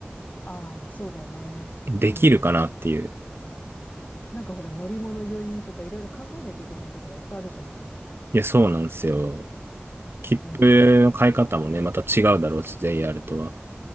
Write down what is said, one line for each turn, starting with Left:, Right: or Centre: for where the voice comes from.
Left: ああ、そうだよね。
Right: できるかなっていう。
Left: うん。なんかほら、乗り物酔いとかいろいろ考えないといけないことがいっぱいあるじゃん。
Right: いや、そうなんですよ。切符の買い方もね、
Left: うん。
Right: また違うだろうし、JR とは。